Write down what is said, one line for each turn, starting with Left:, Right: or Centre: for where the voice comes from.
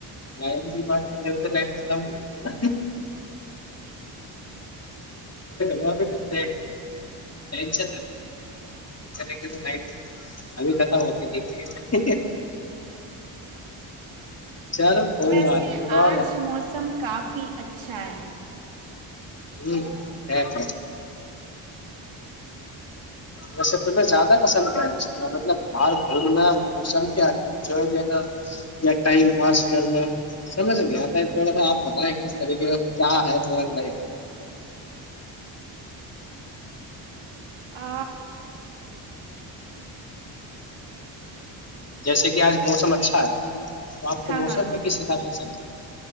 Left: لائن سے بات کرنی ہو تو لائن ختم ہو جاتی ہے نا گب تو گ ٹشن بھی ابھی ختم ہوتی تھیٹ ہ
Right: <inaudible>
Left: چلو کوئی
Right: ویسے
Left: بات نہیں اور
Right: آج
Left: بتاؤ
Right: موسم کافی اچھا ہے
Left: ہ ہے پ ویسے تمہیں زیادہ پسند کیا مطلب باہر گھومنا موسم کیا انجوائے دینا یا ٹائم پاس کرنا سمجھ نہیں آتا ہے تھوڑا سا آپ بتائیں کس طریقے کا کیا ہے تمہاری لائف میں
Right: آ
Left: جیسے کہ آج موسم اچھا ہے تو آپ کو
Right: ہاں
Left: موسم
Right: ہاں ہاں
Left: میں کس حساب سے چلتا ہوں